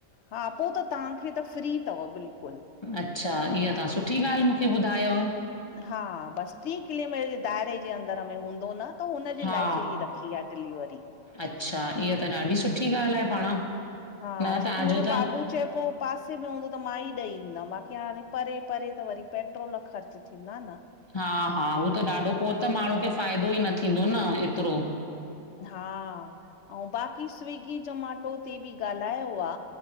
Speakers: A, on the left (about 65°); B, on the left (about 35°).
A: हा पोइ त तव्हांखे त फ्री अथव बिलकुल।
B: अच्छा इहा तव्हां सुठी ॻाल्हि मूंखे ॿुधायव।
A: हा बसि टी किले में दाइरे जे अंदर में हूंदो न त हुनजी
B: हा
A: लाइफ ई रखी आ। डिलीवरी
B: अच्छा इहा त ॾाढी सुठी ॻाल्हि आहे पाण।
A: हा
B: न
A: छोकी
B: तव्हांजो
A: मुंहिंजो बाबू
B: त
A: चए पोइ पासे में हूंदो त मां ई ॾेई ईंदमि बाक़ी हाणे परे परे त वरी पेट्रोल ख़र्च थींदा न।
B: हा हा हूह त ॾाढो पोइ त माण्हू खे फ़ाइदो ई न थींदो न एतिरो।
A: हा ऐं बाक़ी स्विगी जमाटो ते बि ॻाल्हायो आ।